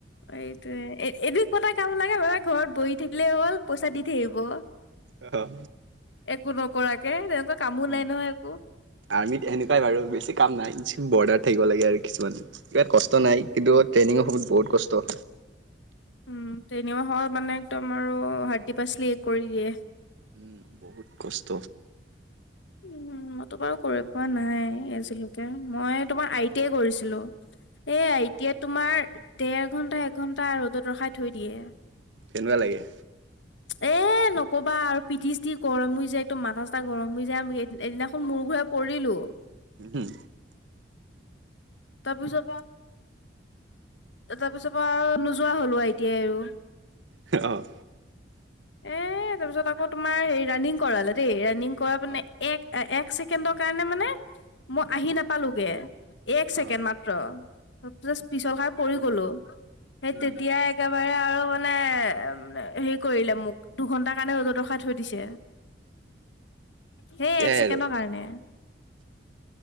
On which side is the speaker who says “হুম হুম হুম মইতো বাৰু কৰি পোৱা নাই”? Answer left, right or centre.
Left